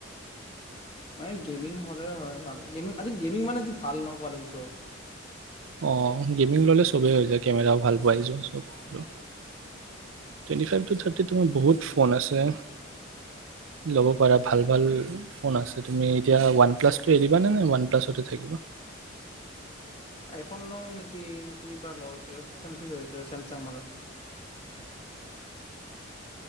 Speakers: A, on the left; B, on the right.
A: ম গেমিং হ'লে হয় ভাল গেমিং আজি গেমিং মানে ভাল ন কোৱালটি চব।
B: অ গেমিং ল'লে চবেই হৈ যায় কেমেৰাও ভাল পোৱাই যাব আৰু টুৱেণ্টি ফাইভ টু থিকে তোমাৰ বহুত ফোন আছে ল'ব পাৰা ভাল ভাল ফোন আছে। তুমি এতিয়া ওৱান প্লাছ এ। নাই নাই ওৱান প্লাছতে থাকিব।
A: আইফোন লও নেকি নেকি বা কনফিউজ চেমচাং মানে।